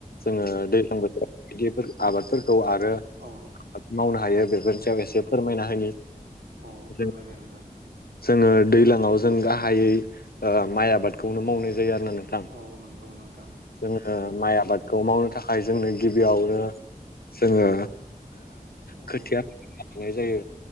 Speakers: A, on the left; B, on the right.
A: जोङो दैज्लां बोथोर बेफोर आबादफोरखौ आरो
B: औ।
A: मावनो हायो बेफोरनि सायाव एसे फोरमायना होनि
B: औ
A: जों
B: फोरमायलाय नोंथां
A: जोङो दैज्लाङाव जों गाहायै ओ माइ आबादखौनो मावनाय जायो आरो ना नों
B: औ नंगौ नोंथां।
A: जोङो माइ आबादखौ मावनो थाखाय जोंनो गिबियावनो
B: औ
A: जोङो।
B: औ
A: खोथिया फुनाय जायो